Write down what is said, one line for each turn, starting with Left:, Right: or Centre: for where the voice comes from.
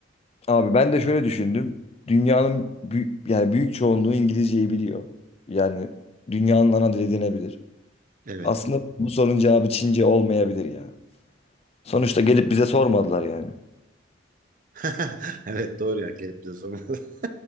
Left: Abi ben de şöyle düşündüm. Dünyanın büyük, yani büyük çoğunluğu İngilizceyi biliyor. Yani dünyanın ana dili denebilir.
Right: Evet.
Left: Aslında bu sorunun cevabı Çince olmayabilir ya. Sonuçta gelip bize sormadılar yani.
Right: <laughs> Evet doğru ya gelip bize sormalı. <laughs>